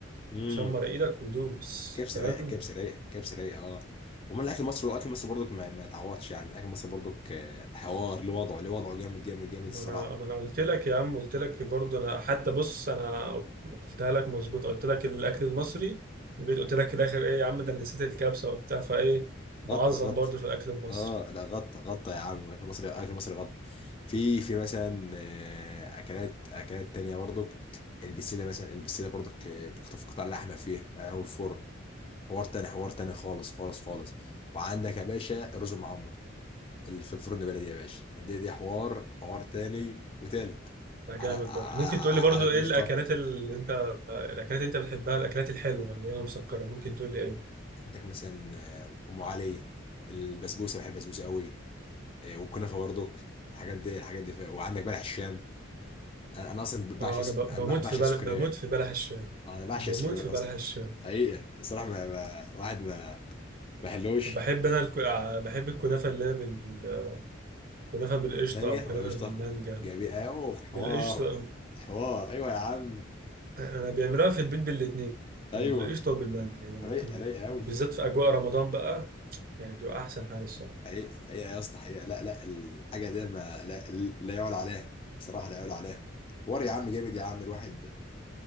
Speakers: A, on the left (about 25°); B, on the right (about 45°).
A: قشطه
B: شمر ايدك ودوس
A: كبسه
B: فاهم
A: رايقه كبسه رايقه كبسه رايقه اه ومن الاكل المصري الاكل المصري برضك ما, ما يتعوضش يعني الاكل المصري برضك آه، حوار له وضعه له وضعه جامد جامد جامد
B: ما
A: الصراحه
B: انا ما انا قلت لك يا عم قلت لك برضه انا حتى بص انا قلتها لك مظبوط قلت لك الاكل المصري وجيت قلت لك في الاخر ايه يا عم ده أنا نسيت الكبسه وبتاع فايه بعظم
A: غطى غطى
B: برضه في الاكل المصري
A: اه لا غطى غطى يا عم الاكل المصري الاكل المصري غطى في في مثلا آه، اكلات اكلات تانية برضك البسله مثلا البسله برضك آه، بقطع قطع لحمه فيها آه، هو الفرن حوار تاني حوار تاني خالص خالص خالص وعندك يا باشا الرز المعمر اللي في الفرن البلدي يا باشا دي دي حوار حوار تاني وتالت
B: ده جامد
A: على على,
B: برضه ممكن تقول لي برضه
A: على القشطه
B: ايه الاكلات اللي انت الاكلات اللي انت بتحبها الاكلات الحلوه اللي هي مسكره ممكن تقول لي ايه
A: عندك مثلا آه، ام علي البسبوسه بحب البسبوسه قوي آه، والكنافه برضك الحاجات دي الحاجات دي ف- وعندك بلح الشام انا أنا اصلا بعشق
B: اه
A: الس-
B: انا ب-
A: انا
B: بموت
A: بعشق
B: في بلح
A: السكريات
B: بموت في بلح الشام
A: آه، انا بعشق
B: بموت
A: السكريات
B: في
A: اصلا
B: بلح الشام
A: حقيقه الصراحه ما ما- واحد ما ما حلوش
B: وبحب انا الك... ع- بحب الكنافه اللي هي بال- كنافه بالقشطه
A: مانجا
B: او كنافه
A: ولا قشطه
B: بالمانجا
A: جابي اوه حوار
B: بالقشطه
A: حوار ايوه يا عم
B: انا بيعملوها في البيت بالاثنين
A: ايوه
B: بالقشطه وبالمانجا يعني الاثنين
A: رايق رايق قوي
B: بالذات في اجواء رمضان بقى يعني بتبقى احسن حاجه الصراحه
A: حقيقة حقيقة يا اسطى حقيقة لا لا الحاجة دي ما لا, لا يعلى عليها صراحة لا يعلى عليها وري يا عم جامد يا عم الواحد